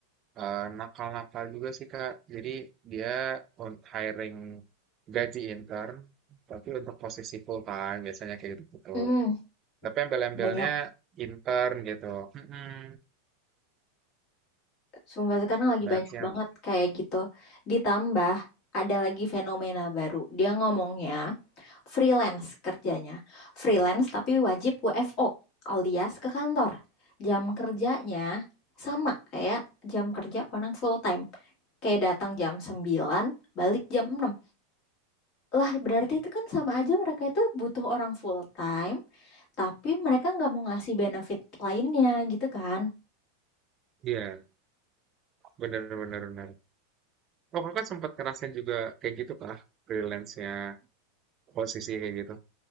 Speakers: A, on the right (about 30°); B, on the left (about 40°).
A: eh, nakal-nakal juga sih Kak. Jadi dia on hiring gaji intern, tapi untuk posisi full time biasanya kayak gitu-gitu.
B: hmm
A: Tapi embel-embelnya
B: banyak
A: intern gitu. Mm-mm.
B: sumpah sekarang lagi
A: Banyak
B: banyak
A: sih yang,
B: banget kayak gitu ditambah ada lagi fenomena baru dia ngomongnya freelance kerjanya. Freelance tapi wajib WFO alias ke kantor. Jam kerjanya sama kayak jam kerja orang full time. Kayak datang jam 9 balik jam enam Lah berarti itu kan sama aja mereka itu butuh orang full time, tapi mereka nggak mau ngasih benefit lainnya gitu kan.
A: iya bener-bener bener. Oh kakak sempat ngerasain juga kayak gitu kah? Freelance-nya posisi kayak gitu.